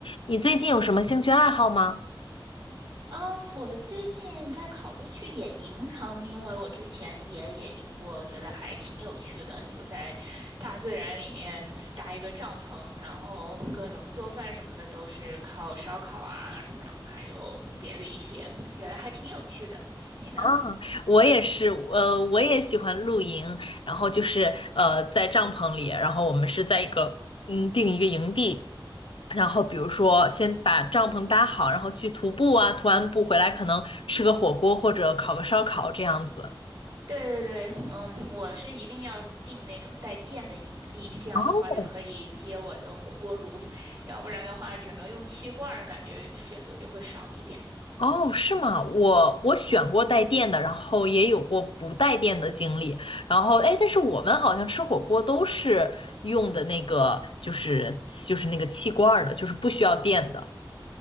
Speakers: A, on the left; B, on the right.
A: 你最近有什么兴趣爱好吗？
B: 嗯，我最近在考虑去野营，嗯，因为我之前也野营过，我觉得还挺有趣的，就在大自然里面搭一个帐篷，然后各种做饭什么的都是靠烧烤啊，然后还有别的一些，我觉得还挺有趣的。你呢？
A: 啊，我也是，呃，我也喜欢露营，然后就是呃，在帐篷里，然后我们是在一个嗯定一个营地，然后比如说先把帐篷搭好，然后去徒步啊，徒完步回来可能吃个火锅或者烤个烧烤这样子。
B: 对对对，嗯，我是一定要订那种带电的营地，这样的话就可以接我的火锅炉，
A: 哦，
B: 要不然的话只能用气罐儿感觉选择就会少一点。
A: 哦，是吗？我我选过带电的，然后也有过不带电的经历。然后，哎，但是我们好像吃火锅都是用的那个，就是就是那个气罐儿的，就是不需要电的。